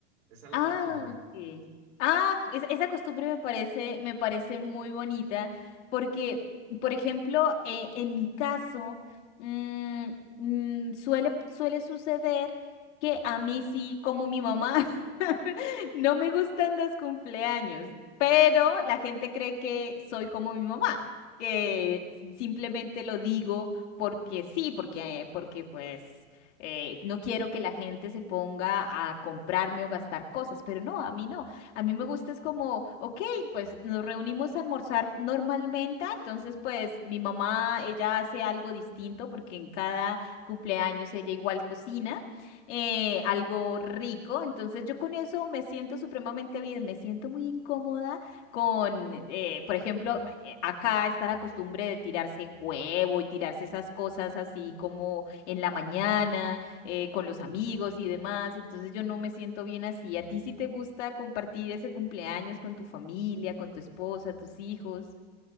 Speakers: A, on the right (about 80°); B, on the left (about 75°).
A: Esa es la
B: Ah,
A: costumbre.
B: ok. Ah, es- esa costumbre me parece, me parece muy bonita porque, por ejemplo, eh, en mi caso, mm, mm, suele, suele suceder que a mí sí, como mi mamá, <laughs> no me gustan los cumpleaños, pero la gente cree que soy como mi mamá, que simplemente lo digo porque sí, porque, porque pues eh, no quiero que la gente se ponga a comprarme o gastar cosas, pero no, a mí no. A mí me gusta es como, ok, pues nos reunimos a almorzar normalmente, entonces pues mi mamá, ella hace algo distinto porque en cada cumpleaños ella igual cocina eh, algo rico, entonces yo con eso me siento supremamente bien, me siento muy incómoda con, eh, por ejemplo, Acá está la costumbre de tirarse huevo y tirarse esas cosas así como en la mañana, eh, con los amigos y demás. Entonces yo no me siento bien así. ¿A ti sí te gusta compartir ese cumpleaños con tu familia, con tu esposa, tus hijos?